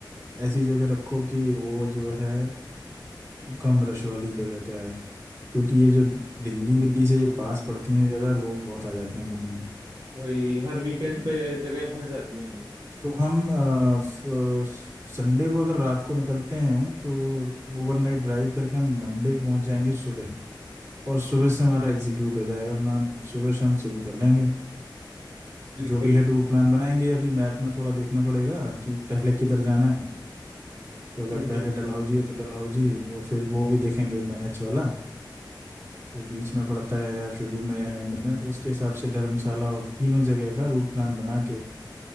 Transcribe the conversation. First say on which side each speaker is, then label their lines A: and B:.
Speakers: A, on the right; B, on the right.
A: ऐसी जगह रखो कि वो जो है कम रश वाली जगह पे आए क्योंकि ये जो दिल्ली विल्ली से ये पास पड़ती हैं जगह लोग बहुत आ जाते हैं घूमने
B: वही हर वीकेंड पे जगहें भर जाती हैं ये
A: तो हम अ, फ- संडे को अगर रात को निकलते हैं तो ओवरनाइट ड्राइव करके हम मंडे पहुंच जाएंगे सुबह और सुबह से हमारा एग्जीक्यूट हो जाएगा प्लान सुबह से हम शुरू कर देंगे
B: बिल्कुल
A: जो भी है टूर प्लान बनाएंगे अभी मैप में थोड़ा देखना पड़ेगा कि पहले किधर जाना है तो अगर
B: हम्म
A: पहले
B: हम्म
A: डलहौजी है तो डलहौजी और फिर वो भी देखेंगे मैच वाला तो बीच में पड़ता है या शुरू में या एंड में उसके हिसाब से धर्मशाला और तीनों जगह का रूट प्लान बना के